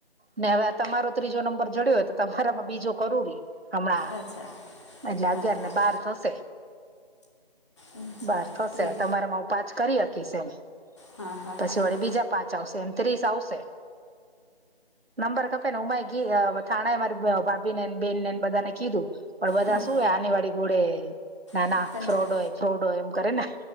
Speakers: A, on the right; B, on the left.
A: ને હવે આ તમારો ત્રીજો નંબર જડ્યોય તો તમારામાં બીજો કરુરી. હમણાં
B: અચ્છા
A: એટલે
B: હા
A: અગિયાર
B: હા
A: ને બાર થશે.
B: એમ છે
A: બાર થશે
B: ત્રી
A: તમારામાં હું પાંચ કરી હકીશ એમ.
B: હા હા
A: પછી
B: હા
A: વળે
B: હા
A: બીજા પાંચ આવશે એમ ત્રીસ આવશે. નંબર કપે ને હું થાણા મારી ભાભી ને બેન નેને બધાને કીધું. પણ બધા
B: હા
A: શું હો આની વાડી ઘોડે ના
B: કંચન
A: ના ફ્રોડ હોય ફ્રોડ હોય એમ કરે ને,